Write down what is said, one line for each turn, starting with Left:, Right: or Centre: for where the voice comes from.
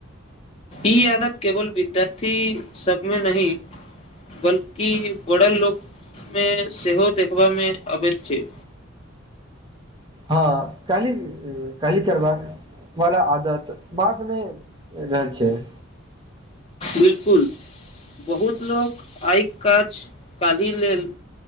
Left: ई आदत केवल विद्यार्थी सबमे नही बल्कि बड़ल लोक मे सेहो देखबा मे अबैध छैय।
Right: हँ कल्ही- कल्ही करबाक वाला आदत, बादमे रहल छैय।
Left: बिलकुल, बहुत- लोक आइ काज, काल्हि लेल